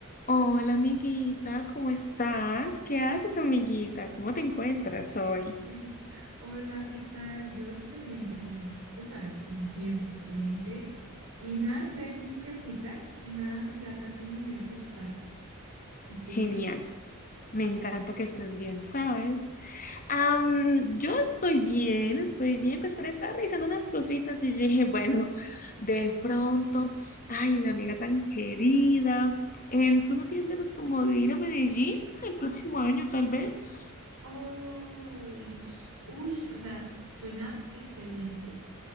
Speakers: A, on the left; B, on the right.
A: Hola, amiguita, ¿cómo estás? ¿Qué haces, amiguita? ¿Cómo te encuentras hoy?
B: <laughs> Hola, ¿qué tal? Yo excelente, como s- tú sabes, como siempre, excelente. Y nada, estoy aquí en mi casita. Nada, pues ya casi me voy a acostar. ¿Y tú?
A: Genial, me encanta que estés bien, ¿sabes? Am, yo estoy bien, estoy bien, pues pero estaba revisando unas cositas y yo dije, <laughs> bueno, de pronto, ay, una amiga tan querida, em, ¿tú no tienes ganas como de ir a Medellín el próximo año, tal vez?
B: Uy, Uy, o sea, suena excelente.